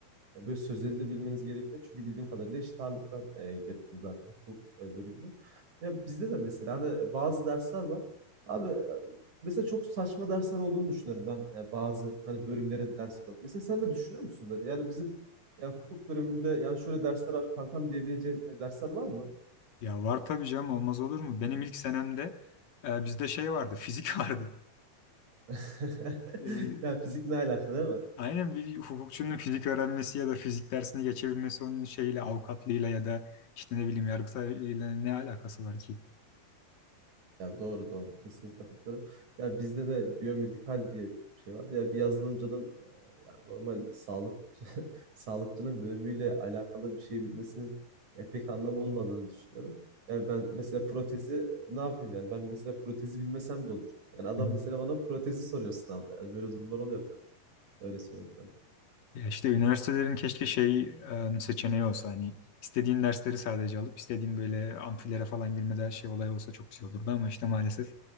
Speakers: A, on the right; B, on the left.
A: E, Böyle sözleri de bilmeniz gerekiyor. Çünkü bildiğim kadarıyla eşit ağırlıktan e, girdin zaten hukuk e, bölümüne. Ya bizde de mesela hani e, bazı dersler var. Abi e, mesela çok saçma dersler olduğunu düşünüyorum ben e, bazı hani bölümlerin dersleri olarak. Mesela sen de düşünüyor musun böyle? Yani bizim yani hukuk bölümünde yani şöyle dersler var kankam diyebileceğin e, dersler var mı?
B: Ya var tabii canım olmaz olur mu? Benim ilk senemde e, bizde şey vardı <laughs> fizik vardı.
A: <laughs>
B: E,
A: Ya fizik ne alaka değil mi?
B: aynen bir hukukçunun fizik öğrenmesi ya da fizik dersini geçebilmesi onun şeyle avukatlığıyla ya da işte ne bileyim yargıtayla ne alakası var ki?
A: Ya doğru doğru. Kesinlikle katılıyorum. Ya bizde de biyomedikal diye bir şey vardı. Ya bir yazılımcının e, yani normal sağlıkçı <laughs> sağlıkçının bölümüyle alakalı bir şey bilmesinin e, pek anlamı olmadığını düşünüyorum. Ya ben mesela protezi ne yapayım yani? Ben mesela protezi bilmesem de olur. Yani adam
B: Hı hı.
A: mesela bana protezi soruyor sınavda. Yani böyle durumlar oluyor kanka. Öyle söyleyeyim sana.
B: Ya işte üniversitelerin keşke şey e, seçeneği olsa hani istediğin dersleri sadece alıp istediğin böyle amfilere falan girmede her şey olay olsa çok güzel olurdu ama işte maalesef